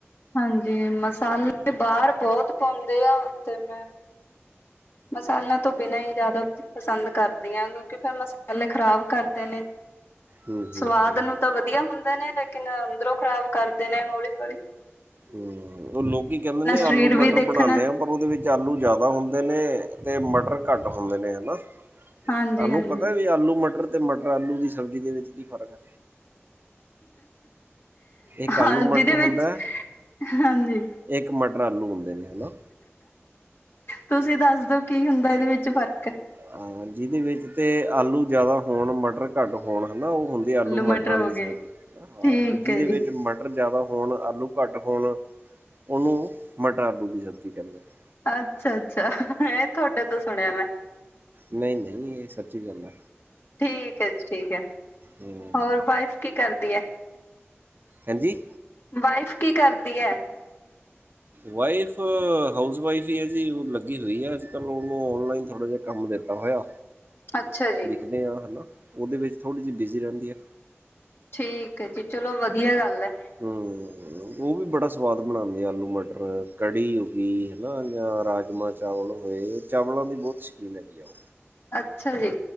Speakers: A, on the left; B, on the right.
A: ਹਾਂਜੀ ਮਸਾਲੇ ਤੇ ਬਾਹਰ ਬੋਤ ਪਾਉਂਦੇ ਆ ਤੇ ਮੈਂ ਮਸਾਲਿਆਂ ਤੋਂ ਬਿਨਾਂ ਹੀ ਜ਼ਿਆਦਾ ਪਸੰਦ ਕਰਦੀ ਆ ਕਿਉਂਕਿ ਫਿਰ ਮਸਾਲੇ ਖ਼ਰਾਬ ਕਰਦੇ ਨੇ
B: ਹੂੰ ਹੂੰ
A: ਸਵਾਦ
B: ਹੂੰ
A: ਨੂੰ ਤਾਂ ਵਧੀਆ ਹੁੰਦੇ ਨੇ ਲੇਕਿਨ ਅੰਦਰੋਂ ਖਰਾਬ ਕਰਦੇ ਨੇ ਹੌਲੀ-ਹੌਲੀ
B: ਹੂੰ ਉਹ ਲੋਕੀ ਕਹਿੰਦੇ ਨੇ
A: ਸਰੀਰ
B: ਆਲੂ ਮਟਰ
A: ਵੀ ਦੇਖਣਾ
B: ਬਣਾਨੇ ਆ ਪਰ ਉਹਦੇ ਵਿੱਚ ਆਲੂ ਜ਼ਿਆਦਾ ਹੁੰਦੇ ਨੇ ਤੇ ਮਟਰ ਘੱਟ ਹੁੰਦੇ ਨੇ ਹਨਾ।
A: ਹਾਂਜੀ
B: ਤੁਹਾਨੂੰ
A: ਹਾਂਜੀ
B: ਪਤਾ ਵੀ ਆਲੂ ਮਟਰ ਤੇ ਮਟਰ ਆਲੂ ਦੀ ਸਬਜ਼ੀ ਦੇ ਵਿੱਚ ਕੀ ਫ਼ਰਕ ਐ? ਇੱਕ ਆਲੂ
A: ਹਾਂ
B: ਮਟਰ
A: ਜਿਹਦੇ ਵਿੱਚ,
B: ਹੁੰਦਾ ਹੈ
A: ਹਾਂਜੀ।
B: ਇੱਕ ਮਟਰ ਆਲੂ ਹੁੰਦੇ ਨੇ ਹਨਾ
A: ਤੁਸੀਂ ਦੱਸਦੋ ਕੀ ਹੁੰਦਾ ਇਹਦੇ ਵਿੱਚ ਫ਼ਰਕ
B: ਅਮ ਜਿਹਦੇ ਵਿੱਚ ਤੇ ਆਲੂ ਜ਼ਿਆਦਾ ਹੋਣ ਮਟਰ ਘੱਟ ਹੋਣ ਹਨਾ ਉਹ ਹੁੰਦੀ ਆਲੂ
A: ਮਟਰ
B: ਮਟਰਾਂ
A: ਹੋ
B: ਦੀ
A: ਗਏ
B: ਸਬਜੀ ਹਨਾ ਹਾਂ,
A: ਠੀਕ
B: ਤੇ ਜਿਹਦੇ
A: ਹੈ ਜੀ
B: ਵਿੱਚ ਚ ਮਟਰ ਜ਼ਿਆਦਾ ਹੋਣ ਆਲੂ ਘੱਟ ਹੋਣ ਉਹਨੂੰ ਮਟਰ ਆਲੂ ਦੀ ਸਬਜ਼ੀ ਕਹਿੰਦੇ ਨੇ।
A: ਅੱਛਾ ਅੱਛਾ ਇਹ ਤੁਹਾਡੇ ਤੋਂ ਸੁਣਿਆ ਮੈਂ-
B: ਨਈ-ਨਈ ਇਹ ਸੱਚੀ ਗੱਲ ਐ।
A: ਠੀਕ ਐ ਜੀ ਠੀਕ ਐ,
B: ਹਮ
A: ਹੋਰ ਵਾਈਫ ਕੀ ਕਰਦੀ ਐ?
B: ਹੈਜੀ
A: ਵਾਈਫ ਕੀ ਕਰਦੀ ਐ? <inaudible>
B: ਵਾਈਫ ਹਾਊਸ ਵਾਈਫ ਹੀ ਐ ਜੀ ਉਹ ਲੱਗੀ ਹੋਈ ਆ ਅੱਜ ਕੱਲ੍ਹ ਉਹਨੂੰ ਔਨਲਾਈਨ ਥੋੜ੍ਹਾ ਜਿਹਾ ਕੰਮ ਦਿੱਤਾ ਹੋਇਆ
A: <inaudible> ਜੀ,
B: ਲਿਖਦੇ ਆ ਹਨਾ। ਉਹਦੇ ਵਿੱਚ ਥੋੜ੍ਹੀ ਜਿਹੀ ਬਿਜ਼ੀ ਰਹਿੰਦੀ ਐ।
A: ਠੀਕ ਐ ਜੀ ਚਲੋ ਵਧੀਆ ਗੱਲ ਐ।
B: ਹੂੰ। ਉਹ ਵੀ ਬੜਾ ਸਵਾਦ ਬਣਾਂਦੇ ਆ ਆਲੂ ਮਟਰ, ਕੜੀ ਹੋ ਗਈ ਹਨਾ ਜਾਂ ਰਾਜਮਾਂ ਚਾਵਲ ਹੋਏ ਚਾਵਲਾਂ ਦੀ ਬਹੁਤ ਸ਼ੌਕੀਨ ਹੈਗੀ ਆ ਉਹ
A: ਅੱਛਾ ਜੀ,